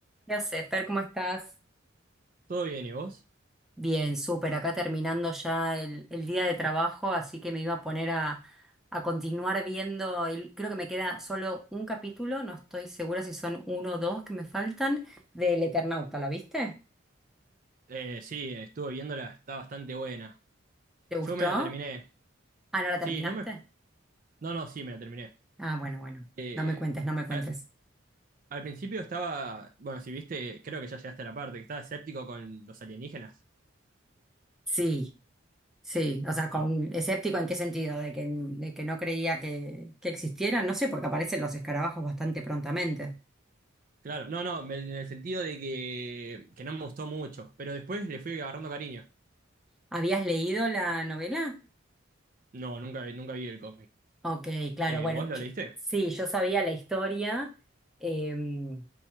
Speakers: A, in the centre; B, on the right.
A: Ya sé, Fer, ¿cómo estás?
B: ¿Todo bien y vos?
A: Bien, súper, acá terminando ya el, el día de trabajo, así que me iba a poner a, a continuar viendo, el, creo que me queda solo un capítulo, no estoy segura si son uno o dos que me faltan, del Eternauta, ¿la viste?
B: Eh, sí, estuve viéndola, está bastante buena.
A: ¿Te gustó?
B: Yo me la terminé.
A: Ah, ¿no
B: Sí,
A: la terminaste?
B: no me... No, no, sí, me la terminé.
A: Ah, bueno, bueno,
B: Eh,
A: no me cuentes, no me cuentes.
B: al, al principio estaba... Bueno, si viste, creo que ya llegaste a la parte, que estaba escéptico con los alienígenas.
A: Sí, sí, o sea, con,
B: O-
A: escéptico en qué sentido, de que, de que no creía que, que existieran, no sé, porque aparecen los escarabajos bastante prontamente.
B: claro, no, no, me- en el sentido de que, que no me gustó mucho, pero después le fui agarrando cariño.
A: ¿Habías leído la novela?
B: No, nunca, vi- nunca vi el cómic.
A: Ok, claro,
B: Eh,
A: bueno,
B: ¿vos lo
A: yo-
B: leíste?
A: sí, yo sabía la historia. em,